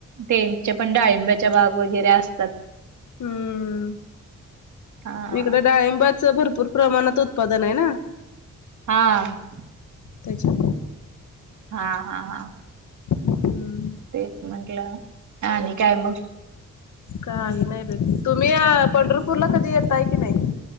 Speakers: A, on the right; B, on the left.
A: तेचे पण डाळिंब्याच्या बाग वगैरे असतात.
B: हम्म,
A: हा.
B: इकडं डाळींबर च. भरपूर प्रमाणात उत्पादन आहे ना.
A: हा.
B: त्याच्या,
A: हा हा हा.
B: हम्म
A: तेच म्हंटलं. आणि काय मग.
B: काही नाही बाई. तुम्ही अ पंढरपूरला कधी येताय काय नाही.